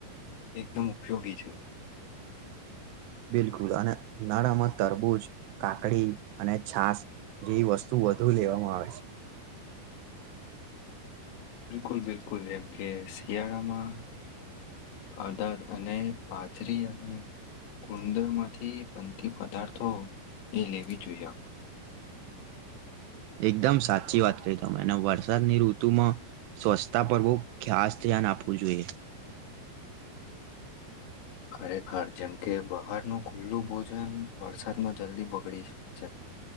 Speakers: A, on the left; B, on the right.
A: એકદમ ઉપયોગી છે
B: બિલકુલ અને નરમ તરબૂજ કાકડી અને છાસ જેવી વસ્તુ વધુ લેવામાં આવે
A: બિલકુલ બિલકુલ એમ કે શિયાળામાં અદદ અને પાથરી અને ક ઉુંદર માંથી બનતી પદાર્થો એ લેવી જોઈએ
B: એકદમ સાચી વાત કહી ત એને વરસાદની ઋતુમાં સ્વચ્છતા પરવું ખાસ ધ્યાન આપવું જોઈએ
A: ખરેખર જેમ કે બહારનું ખુલ્લું ભોજન વરસાદમાં જલ્દી બગડી જાય છે